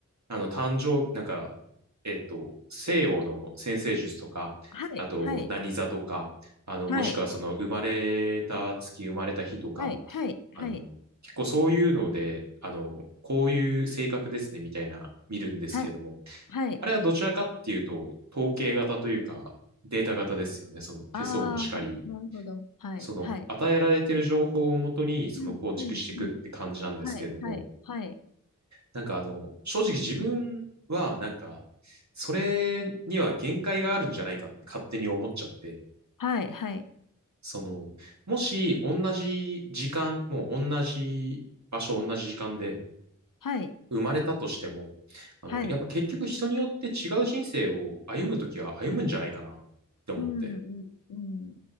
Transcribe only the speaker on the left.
はい。
はい。
はい。
はい。はい。
はい。はい。
はい。はい。はい。
ああ、なるほど。はい。
はい。
うん。うん。うん。はい。はい。はい。
はい。はい。
はい。
はい。
うん。うん。うん。